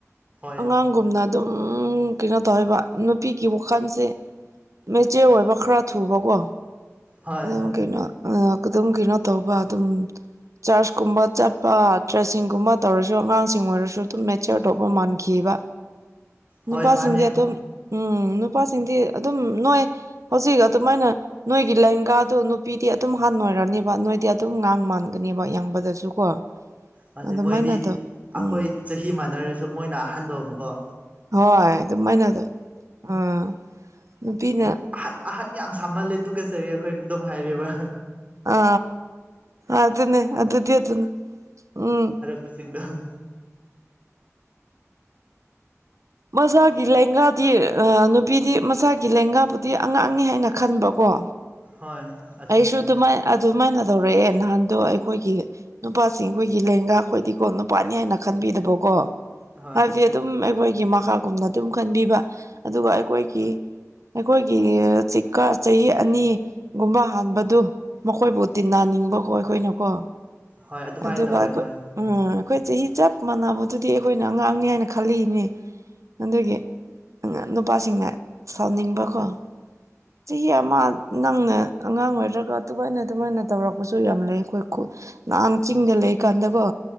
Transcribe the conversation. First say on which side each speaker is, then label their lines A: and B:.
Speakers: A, on the right; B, on the right.
A: ꯍꯣꯏ
B: ꯑꯉꯥꯡꯒꯨꯝꯅ ꯎ ꯀꯩꯅꯣ ꯇꯧꯋꯦꯕ ꯅꯨꯄꯤꯒꯤ ꯋꯥꯈꯜꯁꯦ ꯃꯦꯆꯦ ꯑꯣꯏꯕ ꯈꯔ ꯊꯨꯕꯀꯣ
A: ꯍꯣꯏ
B: ꯑꯗꯨ ꯀꯩꯅꯣ ꯑꯗꯨꯝ ꯀꯩꯅꯣ ꯇꯧꯕ ꯑꯗꯨꯝ ꯆꯔꯁꯀꯨꯝꯕ ꯆꯠꯄ ꯇ꯭ꯔꯦꯁꯤꯡꯒꯨꯝꯕ ꯇꯧꯔꯁꯨ ꯑꯉꯥꯡꯁꯤꯡ ꯑꯣꯏꯔꯁꯨ ꯑꯗꯨꯝ ꯃꯦꯆꯤꯌꯔ ꯇꯧꯕ ꯃꯥꯟꯈꯤꯕ
A: ꯍꯣꯏ
B: ꯅꯨꯄꯥꯁꯤꯡꯗꯤ
A: ꯃꯥꯅꯦ
B: ꯑꯗꯨꯝ ꯎꯝ ꯅꯨꯄꯥꯁꯤꯡꯗꯤ ꯑꯗꯨꯝ ꯅꯣꯏ ꯍꯧꯖꯤꯛ ꯑꯗꯨꯃꯥꯏꯅ ꯅꯣꯏꯒꯤ ꯂꯦꯡꯒꯥꯗꯨꯣ ꯅꯨꯄꯤꯗꯤ ꯑꯗꯨꯝ ꯍꯥꯟꯣꯏꯔꯅꯤꯕ ꯅꯣꯏꯗꯤ ꯑꯗꯨꯝ ꯉꯥꯡ ꯃꯥꯟꯒꯅꯦꯕ ꯌꯥꯡꯕꯗꯁꯨ ꯀꯣ
A: ꯃꯅꯤ
B: ꯑꯗꯨꯃꯥꯏꯅ
A: ꯃꯣꯏꯗꯤ
B: ꯇꯧ ꯎꯝ
A: ꯑꯩꯈꯣꯏ ꯆꯍꯤ ꯃꯥꯟꯅꯔꯁꯨ ꯃꯣꯏꯅ ꯑꯍꯥꯟꯕꯗꯧꯅꯨꯀꯣ
B: ꯍꯣꯏ ꯑꯗꯨꯃꯥꯏꯅꯗ ꯑꯥ ꯅꯨꯄꯤꯅ
A: ꯑꯍꯟ ꯑꯍꯟ ꯌꯥꯝ ꯁꯥꯃꯜꯂꯦ ꯇꯨꯀꯠꯆꯔꯤ ꯑꯩꯈꯣꯏꯅ ꯑꯗꯨꯝ ꯍꯥꯏꯔꯔꯤꯕ
B: ꯑ ꯑꯗꯨ ꯑꯗꯨꯦ ꯑꯗꯤ ꯑꯗꯨꯅ ꯎꯝ
A: ꯄꯆꯗ
B: ꯃꯆꯥꯒꯤ ꯂꯦꯡꯒꯥꯗꯤ ꯅꯨꯄꯤꯗꯤ ꯃꯆꯥꯒꯤ ꯂꯦꯡꯒꯥꯕꯨꯗꯤ ꯑꯉꯥꯡꯅꯤ ꯍꯥꯏꯅ ꯈꯟꯕꯀꯣ
A: ꯍꯣꯏ ꯑꯗꯨꯅꯦ
B: ꯑꯩꯁꯨ ꯑꯗꯨꯃꯥꯏ ꯑꯗꯨꯃꯥꯏꯅ ꯇꯧꯔꯛꯑꯦ ꯅꯍꯥꯟꯗꯣ ꯑꯩꯈꯣꯏꯒꯤ ꯅꯨꯄꯥꯁꯤꯡ ꯑꯩꯈꯣꯏꯒꯤ ꯂꯦꯡꯉꯥꯛ ꯑꯩꯈꯣꯏꯗꯤꯀꯣ ꯅꯨꯄꯥꯅꯤ ꯍꯥꯏꯅ ꯈꯟꯕꯤꯗꯕꯀꯣ
A: ꯍꯣꯏ
B: ꯍꯥꯏꯕꯗꯤ ꯑꯗꯨꯝ ꯑꯩꯈꯣꯏꯒꯤ ꯃꯈꯥꯒꯨꯝꯅ ꯑꯗꯨꯝ ꯈꯟꯕꯤꯕ ꯑꯗꯨꯒ ꯑꯩꯈꯣꯏꯒꯤ ꯑꯩꯈꯣꯏꯒꯤ ꯆꯤꯀꯥ ꯆꯍꯤ ꯑꯅꯤ ꯒꯨꯝꯕ ꯍꯥꯟꯕꯗꯨ ꯃꯈꯣꯏꯕꯨ ꯇꯤꯟꯅꯅꯤꯡꯕꯀꯣ ꯑꯩꯈꯣꯏꯅꯀꯣ
A: ꯍꯣꯏ ꯑꯗꯨꯃꯥꯏꯅ
B: ꯑꯗꯨ
A: ꯇꯧꯋꯦ
B: ꯑꯗꯨ ꯄ
A: ꯍꯣꯏ
B: ꯎꯝ ꯑꯩꯈꯣꯏ ꯆꯍꯤ ꯆꯞ ꯃꯥꯟꯅꯕꯗꯨꯗꯤ ꯑꯩꯈꯣꯏꯅ ꯑꯉꯥꯡꯅꯤ ꯍꯥꯏꯅ ꯈꯜꯂꯤꯅꯦ ꯑꯗꯨꯒꯤ ꯑꯉꯥꯝ ꯅꯨꯄꯥꯁꯤꯡꯅ ꯁꯥꯎꯅꯤꯡꯕꯀꯣ ꯆꯍꯤ ꯑꯃ ꯅꯪꯅ ꯑꯉꯥꯡ ꯑꯣꯏꯔꯒ ꯑꯗꯨꯃꯥꯏꯅ ꯑꯗꯨꯃꯥꯏꯅ ꯇꯧꯔꯛꯄꯁꯨ ꯌꯥꯝ ꯂꯩ ꯑꯩꯈꯣꯏ ꯈꯨ ꯅꯍꯥꯟ ꯆꯤꯡꯗ ꯂꯩꯀꯥꯟꯗꯀꯣ